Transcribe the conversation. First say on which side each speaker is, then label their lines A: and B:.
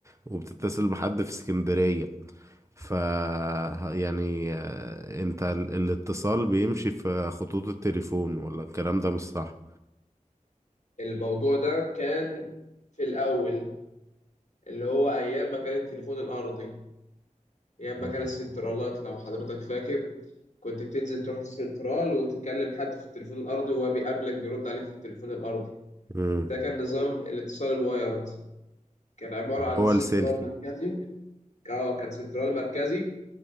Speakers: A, on the right; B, on the left.
A: وبتتصل بحد في اسكندرية ف يعني آه، انت ال- الاتصال بيمشي في خطوط التليفون ولا الكلام ده مش صح
B: الموضوع ده كان في الأول اللي هو أيام ما كان التليفون الأرضي يا اما
A: مم.
B: كان السنترالات لو حضرتك فاكر كنت بتنزل تروح السنترال وتتكلم حد في التليفون الارضي وهو بيقابلك بيرد عليك في التليفون الارضي
A: مم.
B: ده كان نظام الاتصال الوايرد كان عبارة عن
A: هو
B: سنترال
A: السلكي
B: مركزي اه كان سنترال مركزي